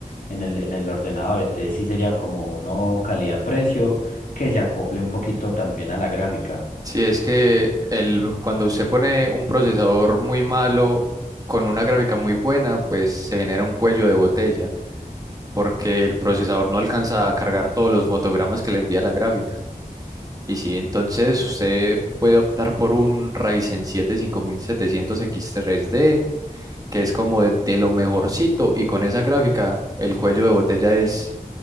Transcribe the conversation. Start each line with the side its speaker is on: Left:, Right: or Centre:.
Left: en el, en el ordenador, entonces sí sería como uno calidad-precio que se acople un poquito también a la gráfica.
Right: Sí, es que el, cuando usted pone un procesador muy malo con una gráfica muy buena, pues se genera un cuello de botella, porque el procesador no alcanza a cargar todos los fotogramas que le envía la gráfica. Y sí, entonces usted puede optar por un Ryzen siete cinco mil setecientos x 3 d que es como de, de lo mejorcito, y con esa gráfica el cuello de botella es